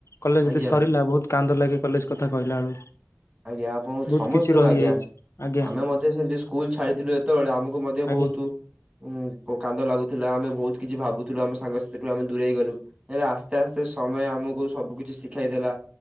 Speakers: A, on the left; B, on the right.
A: କଲେଜ
B: ଆଜ୍ଞା
A: ଯଦି ସରିଲା ବହୁତ କାନ୍ଦ ଲାଗେ କଲେଜ କଥା କହିଲା ବେଳକୁ।
B: ଆଜ୍ଞା ଆପଣ
A: ବହୁତ
B: ସମସ୍ତଙ୍କୁ
A: କିଛି ରହିଯାଇଛି।
B: ଆଜ୍ଞା
A: ଆଜ୍ଞା
B: ଆମେ ମଧ୍ୟ ସେମିତି ସ୍କୁଲ ଛାଡିଥିଲୁ ଯେତେବେଳେ ଆମକୁ ମଧ୍ୟ
A: ଆଜ୍ଞା
B: ବହୁତୁ ଉ କାନ୍ଦ ଲାଗୁ ଥିଲା ଆମେ ବହୁତ କିଛି ଭାବୁଥିଲୁ ଆମ ସାଙ୍ଗସାଥି ଠୁ ଆମେ ଦୂରେଇ ଗଲୁ ହେଲେ ଆସ୍ତେ ଆସ୍ତେ ସମୟ ଆମକୁ ସବୁ କିଛି ଶିଖାଇ ଦେଲା